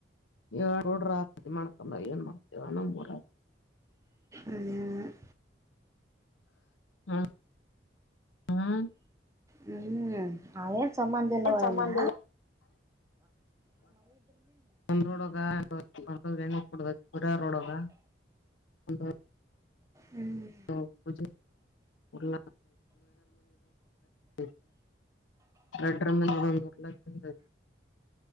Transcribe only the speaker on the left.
<unintelligible> ಏ ಡ್ರ ಆತತಿ ಮಾಡ್ಕೊಂಡ ಏನ್ ಮಾಡ್ತೇವಣರ <unintelligible>
ಹ್ಮ್, ಹ್ಮ್
ಏನ್
ಸಂಬಂಧ ಇಲ್ಲ ಒಂದ್ ರೋಡ್ ಒ ನ ಕೊಡ ಪರಿ್ಯ ರೋಡ್ಗ ಒ <unintelligible>
ಉ ಉ <unintelligible> ರಡ್ಡೆರ ಮಂದಿದ ಹುಡುಗ ಉರ್ಲಹಾಕಂದಾದ.